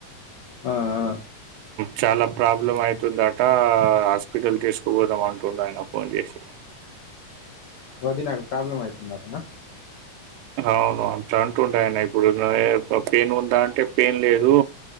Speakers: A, on the left; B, on the right.
A: ఆ ఆ
B: చాలా ప్రాబ్లం అవుతుందట హాస్పిటల్ తీసుకుపోదాం అంటుంది ఆయన ఫోన్ చేసి
A: వదీనాకు ప్రాబ్లమ్ అయితుంది అటనా
B: అవునవును అంటుండే అయన ఇప్పుడు పెయిన్ ఉంటా అంటే పెయిన్ లేదు